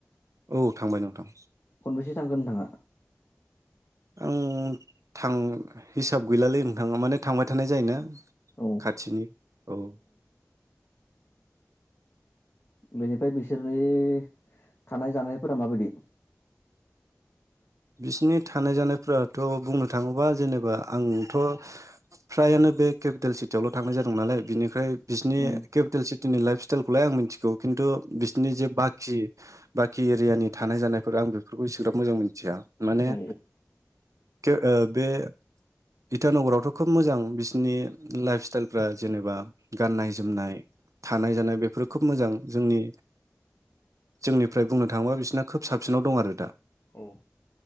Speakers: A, on the right (about 75°); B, on the left (about 50°).
A: औ थांबाय नोंथां।
B: खन बेसे। थांगोन नोंथाङा।
A: आं थां हिसाब गैलालै नोंथां माने थांबाय थानाय जायोना।
B: औ
A: खाथिनि औ।
B: बेनिफ्राय बिसोरनि थानाय जानायफोरा माबायदि।
A: बिसिनि थानाय जानायफ्राथ' बुंनो थाङोबा जेनेबा आंथ' फ्रायानो बे केपिटेल सिटियावल' थांनाय जादों नालाय बिनिखाय। बिसनि
B: उम
A: केपिटेलसि लाइफ स्टाइलखौलाय आं मिन्थिगौ किन्थु बिसनि जि बाखि। बाखि एरियानि थानाय जानायफोर आं बेफोरखौ एसेग्राब मोजां मिन्थिया। माने
B: औ
A: <unintelligible> ओ बे इटानगरावथ' खोब मोजां बिसिनि लाइफ स्टाइलफ्रा जेनेबा गाननाय जोमनाय थानाय जानाय बेफोरो खोब मोजां जोंनि जोंनिफ्राय बुंनो थाङोबा बिसिोरना खोब साबसिनाव दं आरो दा।
B: औ